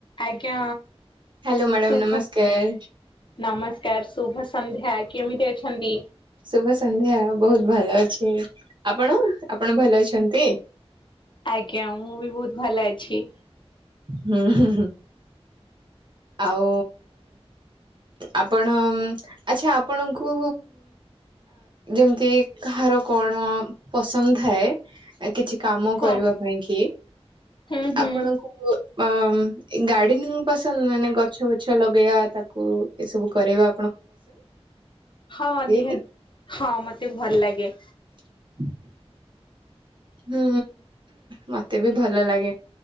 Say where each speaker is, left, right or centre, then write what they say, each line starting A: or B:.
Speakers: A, on the left (about 50°); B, on the right (about 50°).
A: ଆଜ୍ଞା।
B: Hello madam
A: ଶୁଭ
B: ନମସ୍କାର।
A: ନମସ୍କାର ଶୁଭ ସନ୍ଧ୍ୟା କେମିତି ଅଛନ୍ତି?
B: ଶୁଭ ସନ୍ଧ୍ୟା ବହୁତ ଭଲ ଅଛି। ଆପଣ ଆପଣ ଭଲ ଅଛ? ଛନ୍ତି <inaudible>
A: ଆଜ୍ଞା ମୁଁ ବି ବହୁତ ଭଲ ଅଛି।
B: ହୁଁ ହୁଁ ଆଉ ଆପଣ ଆଚ୍ଛା ଆପଣଙ୍କୁ ଯେମିତି କାହାର କଣ ପସନ୍ଦ ଥାଏ। କିଛି କାମ କରିବା
A: ହଁ
B: ପାଇଁ କି
A: ହୁଁ ହୁଁ
B: ଆପଣଙ୍କୁ ଅ ଗାର୍ଡେନିଂ ପସନ୍ଦ ମାନେ ଗଛ ବଛ ଲଗେଇବା ତାକୁ ଏସବୁ କରେଇବା।
A: ହଁ ନିହାତି
B: କି?
A: ହଁ ମତେ ଭଲ ଲାଗେ।
B: ହୁଁ <inaudible> ହୁଁ ମତେ ବି ଭଲ ଲାଗେ।